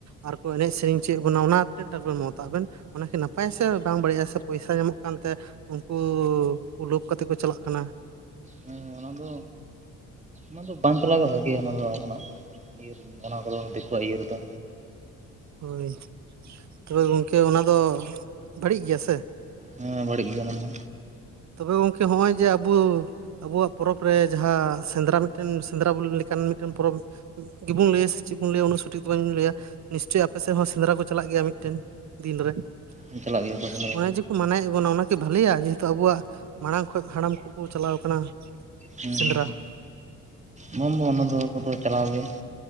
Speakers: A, on the right (about 45°); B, on the right (about 15°).
A: ᱟᱨ ᱠᱚ ᱮᱱᱮᱡ ᱥᱮᱨᱮᱧᱪᱚᱭᱮᱫ ᱵᱚᱱᱟ ᱚᱱᱟ <inaudible> ᱵᱮᱱ ᱢᱚᱛᱟᱜ ᱟᱵᱮᱱ? ᱚᱱᱟᱠᱤ ᱱᱟᱯᱟᱭ ᱟᱥᱮ ᱵᱟᱝ ᱵᱟᱹᱲᱤᱡ-ᱟ ᱥᱮ ᱯᱚᱭᱥᱟ ᱧᱟᱢᱚᱜ ᱠᱟᱱᱛᱮ ᱩᱱᱠᱩ ᱯᱩᱞᱩᱠ ᱠᱟᱛᱮᱫ ᱠᱚ ᱪᱟᱞᱟᱜ ᱠᱟᱱᱟ᱾
B: ᱦᱮᱸᱸ ᱚᱱᱟ ᱫᱚ ᱚᱱᱟ ᱫᱚ ᱵᱟᱝ ᱪᱟᱞᱟᱣ ᱜᱮ ᱵᱷᱟᱜᱮᱤᱭᱟ ᱚᱱᱟ ᱫᱚ ᱟᱵᱚᱱᱟᱜ ᱤᱭᱟᱹ ᱚᱱᱟ ᱠᱚᱫᱚ ᱫᱤᱠᱩᱣᱟᱜ ᱤᱭᱟᱹ ᱨᱮᱫᱚ᱾
A: ᱦᱳᱭ ᱛᱚᱵᱮ ᱜᱚᱝᱠᱮ ᱚᱱᱟ ᱫᱚ ᱵᱟᱹᱲᱤᱡ ᱜᱮᱭᱟ ᱥᱮ?
B: ᱦᱮᱸ ᱵᱟᱹᱲᱤᱡ ᱜᱮᱭᱟ ᱚᱱᱟ ᱫᱚ᱾
A: ᱛᱚᱵᱮ ᱜᱚᱝᱠᱮ ᱱᱚᱜ-ᱚᱭ ᱡᱮ ᱟᱵᱩ ᱟᱵᱚᱣᱟᱜ ᱯᱚᱨᱚᱵ ᱨᱮ ᱡᱟᱦᱟᱸ ᱥᱮᱸᱫᱽᱨᱟ ᱢᱤᱫᱴᱮᱱ ᱥᱮᱸᱫᱽᱨᱟ ᱞᱮᱠᱟᱱ ᱢᱤᱫᱴᱮᱱ ᱯᱚᱨᱚᱵ ᱜᱮᱵᱚᱱ ᱞᱟᱹᱭᱟ ᱥᱮ ᱪᱮᱫ ᱵᱚᱱ ᱞᱟᱹᱭᱟ ᱩᱱᱟᱹᱜ ᱥᱚᱴᱷᱤᱠ ᱵᱟᱹᱧ ᱞᱟᱹᱭᱟ ᱱᱤᱥᱪᱳᱭ ᱟᱯᱮ ᱥᱮᱫ ᱦᱚᱸ ᱥᱮᱸᱫᱽᱨᱟ ᱠᱚ ᱪᱟᱞᱟᱜ ᱜᱮᱭᱟ, ᱢᱤᱫᱴᱮᱱ ᱫᱤᱱᱨᱮ
B: ᱦᱮᱸ ᱪᱟᱞᱟᱜ
A: ᱾
B: ᱜᱮᱭᱟ ᱠᱚ ᱥᱮᱸᱫᱽᱨᱟ
A: ᱚᱱᱮ ᱡᱮᱠᱚ ᱢᱟᱱᱟᱭᱮᱫ ᱵᱚᱱᱟ ᱚᱱᱟᱠᱤ ᱵᱟᱹᱞᱮᱭᱟ ᱡᱮᱦᱮᱛᱩ ᱟᱵᱚᱣᱟᱜ ᱢᱟᱲᱟᱝ ᱠᱷᱚᱡ ᱦᱟᱲᱟᱢ ᱠᱚᱠᱚ ᱪᱟᱞᱟᱣ ᱠᱟᱱᱟ᱾
B: ᱦᱮᱸ
A: ᱥᱮᱸᱫᱽᱨᱟ
B: ᱦᱮᱸ ᱵᱟᱝ ᱵᱟᱝ ᱚᱱᱟ ᱫᱚ ᱠᱚᱫᱚ ᱪᱟᱞᱟᱣ ᱜᱮ᱾